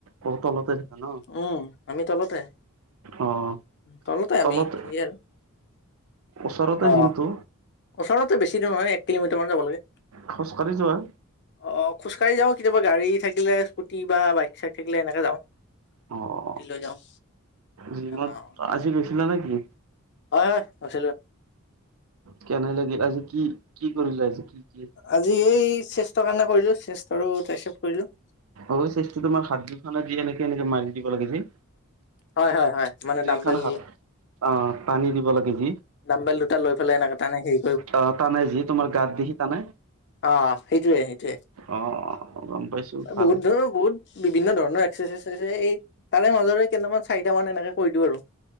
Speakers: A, on the right; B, on the left.
A: অ', তলতে থাকা ন
B: উম। আমি তলতে
A: অ',
B: তলতে
A: তলত
B: আমি সেই আৰু।
A: ওচৰতে
B: অ
A: জিমটো?
B: ওচৰতে বেছি দুৰ নহয় একিলোমিটাৰ যাব লাগে।
A: খোজ কাঢ়ি যোৱা?
B: অ', খোজকাঢ়ি যাওঁ, কেতিয়াবা গাড়ী থাকিলে স্কুটি বা বাইক-চাইক থাকিলে এনেকে যাওঁ।
A: অ',
B: স্কুটি লৈ যাওঁ।
A: জিমত
B: অ',
A: আজি গৈছিলা নেকি
B: হয়, হয়, আছিলো।
A: কেনাই লাগিল আজি কি কি কৰিলা আজি কি?
B: আজি এই চেষ্টৰ কাৰণে কৰিলোঁ, চেষ্ট আৰু ট্ৰাইছেপ কৰিলোঁ।
A: অ', চেষ্টটো তোমাৰ হাত দুখন দি এনেকে এনেকে মাৰি দিব লাগে যে?
B: হয়, হয়, হয়, মানে
A: দুইখন
B: দাম্বেল।
A: হাত অ', টানি দিব লাগে যি?
B: দামবেল দুটা লৈ এনেকে তানে সেই
A: অ', টানে যি তোমাৰ গাত দেখি টানে।
B: অ', সেইটোয়ে সেইটোয়ে,
A: অ', অ গম পাইছো ভাল
B: বহুত ধৰনৰ বহুত বিভিন্ন ধৰণৰ এক্সাৰচাইজ আছে, এই তাৰে মাজৰে কেইটামান চাৰিটা মান এনেকে কৰি দিওঁ আৰু।